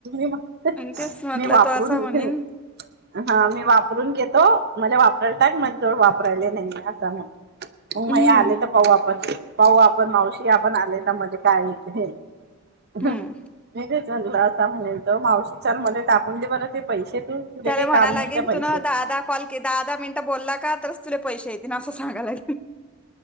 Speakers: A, on the right; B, in the centre.
A: मग
B: आणि तेच म्हटलं
A: मी वापरू
B: तो असा
A: न
B: म्हणेन
A: हां मी वापरून घेतो, मले वापरायला टाक, मज जवळ वापरायले नाही असं मग माये
B: हम्म
A: आले तर पाऊ आपण, पाऊ आपण मावशी आपण आले तर माझे काहीच हूं!
B: हम्म
A: चांगला असा म्हणेल त मावशी चाल मले टाकून दे बर ते पैसे तू तुला
B: त्याला
A: काही
B: म्हणा
A: काम
B: लागेन
A: नाही त्या पैसे
B: तु न दहादा, कॉल के दहादा मिनिटं बोलला का, तरच तुले पैसे येतीलं असं सा सांगालाय